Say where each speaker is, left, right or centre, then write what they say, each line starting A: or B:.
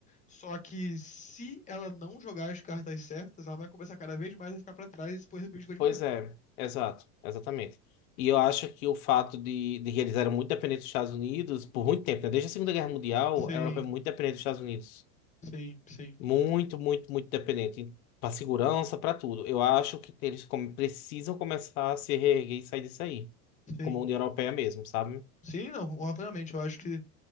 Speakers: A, on the left; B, on the left.
A: Só que se ela não jogar as cartas certas, ela vai começar cada vez mais a ficar para trás e esse poder político vai diminuindo.
B: Pois é, exato, exatamente. E eu acho que o fato de, de que eles eram muito dependentes dos Estados Unidos por muito tempo, né? Desde a Segunda Guerra Mundial,
A: Sim,
B: a Europa é muito dependente dos Estados Unidos.
A: sim, sim,
B: Muito, muito, muito dependente. para segurança, para tudo. Eu acho que eles come- precisam começar a se reerguer e sair disso aí.
A: sim.
B: Como a União Europeia mesmo, sabe?
A: Sim, não, rapidamente. Eu acho que